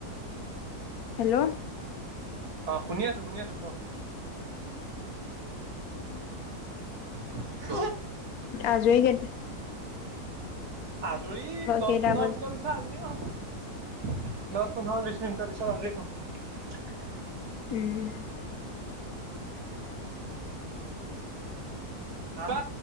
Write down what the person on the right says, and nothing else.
অ', শুনি আছোঁ শুনি আছোঁ।
<inaudible>
আজৰি দহ
পোন্ধৰ
মিনিটৰ পিছত আজৰি হম। দহ পোন্ধৰ বিশছ মিনিটৰ পিছত আজৰি হম।
বা